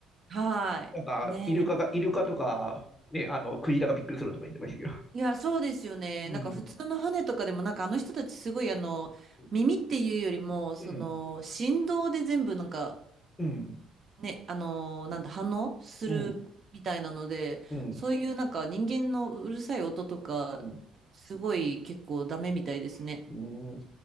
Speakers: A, on the right (about 40°); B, on the left (about 20°).
A: はい。
B: なんかイルカが、
A: ね。
B: イルカとか、ね、あのクジラがびっくりするとか言ってましたけど。
A: いや、そうですよね。
B: うん、
A: なんか普通の船とかでも、なんかあの人たちすごいあの、
B: う
A: 耳っていうよりも、その、
B: ん、
A: 振動で全部なんか、
B: うん、
A: ね、あの、なんだ、反応するみたいなので、
B: うん、うん、
A: そういうなんか人間のうるさい音とか、
B: うん、
A: すごい結構ダメみたいですね。
B: うん。